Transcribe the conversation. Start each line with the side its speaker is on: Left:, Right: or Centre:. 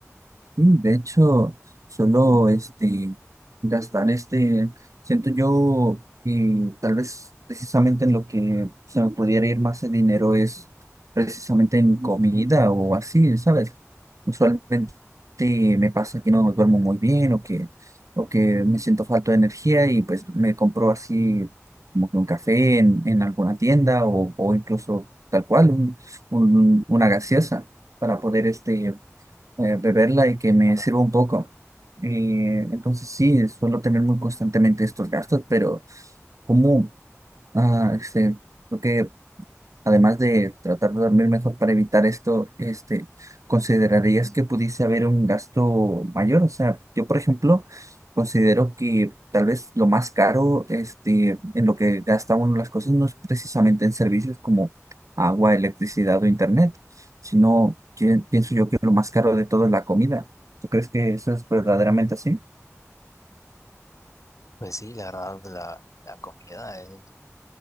Right: Sí, de hecho, solo este gastar este, siento yo que tal vez precisamente en lo que se me pudiera ir más el dinero es precisamente en comida o así, ¿sabes? Usualmente me pasa que no duermo muy bien o que, o que me siento falta de energía y pues me compro así como que un café en, en alguna tienda o, o incluso tal cual un- un- una gaseosa para poder este eh, beberla y que me
Left: Claro.
Right: sirva un poco. Eh, entonces sí, eh, suelo tener muy constantemente estos gastos, pero como ah, este, creo que Además de tratar de dormir mejor para evitar esto, este, ¿considerarías que pudiese haber un gasto mayor? O sea, yo, por ejemplo, considero que tal vez lo más caro, este, en lo que gasta uno las cosas no es precisamente en servicios como agua, electricidad o internet, sino que pienso yo que lo más caro de todo es la comida. ¿Tú crees que eso es verdaderamente así?
Left: Pues sí, la verdad, la, la comida es